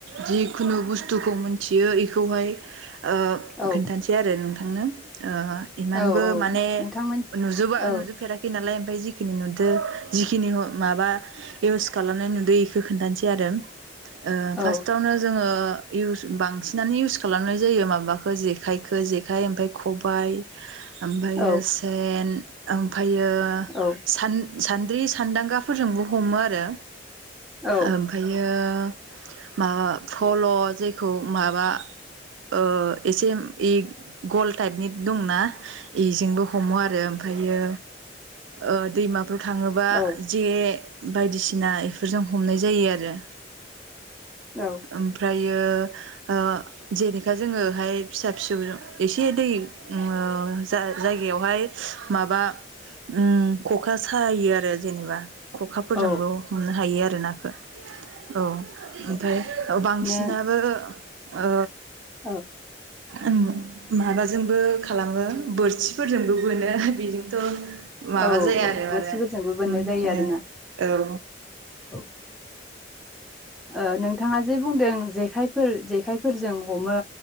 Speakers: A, on the right (about 85°); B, in the centre.
A: जिखुनु बुस्थुखौ मोनथियो इखौहाय ओ
B: औ
A: खिन्थानसै आरो नों थांनो ओ इमानबो
B: औ औ
A: माने
B: नोंथांमोन
A: नुजुबा
B: औ
A: नुजोबफेराखै नालाय ओमफाय जिखिनि नुदो जिखिनि ह माबा इउस खालामनाय नुदो इखो खोन्थानसै आरो ओ
B: औ
A: फार्स्टआवनो जोङो इउस बांसिनानो इउस खालामनाय जायो माबाखो जेखायखो जेखाइ ओमफाय खबाइ ओमफायो
B: औ
A: सेन औ हायो
B: औ
A: सान सान्द्रि सान्दांगा फोरजोंबो हमो आरो
B: औ
A: ओमफायो ओ ऐ माबा फल' जेखौ माबा ओ एसेम एग गल टाइपनि दंना इजोंबो हमो आरो ओमफायो ओ दैमा <unintelligible> थाङोबा
B: औ
A: बे बायदिसिना इफोरजों हमनाय जायो आरो
B: औ
A: ओमफ्राय इयो ओ जेनेखा जोङोहाय फिसा फिसौजो एसे दै <unintelligible> जा जायगायावहाय माबा उम ख'खा सायो आरो जेनेबा ख'खाफोरजोंबो
B: औ
A: हमनो हायो आरोना बो औ
B: औ
A: ओमफाय ओ बांसिनाबो
B: नो
A: औ
B: औ
A: ओं माबाजोंबो खालामो बोरसिफोरजोंबो बोनो बेजोंथ' माबा
B: औ
A: जाया आरो
B: बोरसिफोरजोंबो बोननाय
A: म
B: जायो आरोना
A: आ औ
B: औ ओ नोंथाङा जे बुंदों जेखाय । फोर जेखायफोरजों हमो